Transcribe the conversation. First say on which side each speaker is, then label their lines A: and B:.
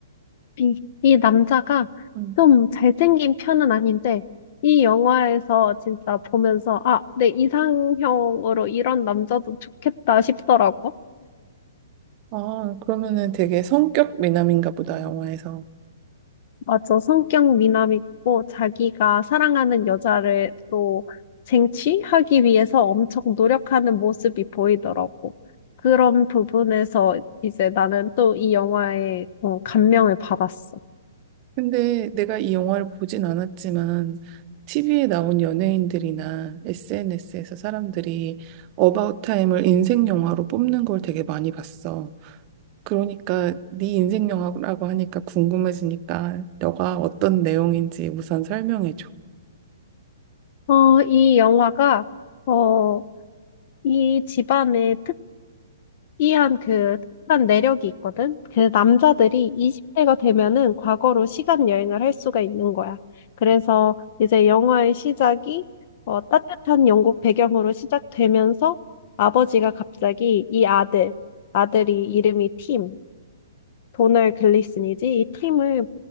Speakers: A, on the left; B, on the right.
A: 이, 이 남자가
B: 음.
A: 좀 잘생긴 편은 아닌데, 이 영화에서 진짜 보면서, 아, 내 이상형으로 이런 남자도 좋겠다 싶더라고.
B: 아, 그러면은 되게 성격 미남인가 보다, 영화에서.
A: 맞아. 성격 미남이고, 자기가 사랑하는 여자를 또 쟁취하기 위해서 엄청 노력하는 모습이 보이더라고. 그런 부분에서 이제 나는 또 이 영화에 어, 감명을 받았어.
B: 근데 내가 이 영화를 보진 않았지만, TV에 나온 연예인들이나 SNS에서 사람들이 어바웃 타임을 인생 영화로 뽑는 걸 되게 많이 봤어. 그러니까 네 인생 영화라고 하니까 궁금해지니까 너가 어떤 내용인지 우선 설명해줘.
A: 어, 이 영화가, 어, 이 집안의 특이한 그 특한 내력이 있거든. 그 남자들이 20대가 되면은 과거로 시간 여행을 할 수가 있는 거야. 그래서 이제 영화의 시작이 어, 따뜻한 영국 배경으로 시작되면서 아버지가 갑자기 이 아들, 아들이 이름이 팀, 도널 글리슨이지, 이 팀을